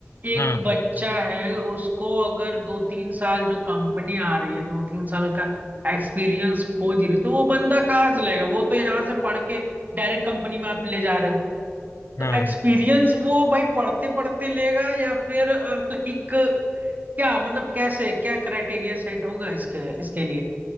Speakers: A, on the right; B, on the left.
A: एक
B: हाँ हाँ
A: बच्चा है उसको अगर दो तीन साल जो कंपनी आ रही है दो तीन साल का एक्सपीरियंस खोज रही है, तो वो बंदा कहाँ से लाएगा वो तो यहाँ से पढ़ के डायरेक्ट कंपनी में आप ले जा रहे हो
B: हाँ
A: तो
B: हाँ
A: एक्सपीरियंस
B: हाँ।
A: वो भाई पढ़ते पढ़ते लेगा या फिर लाइक क्या मतलब कैसे क्या क्राइटेरिया सेट होगा इसके इसके लिए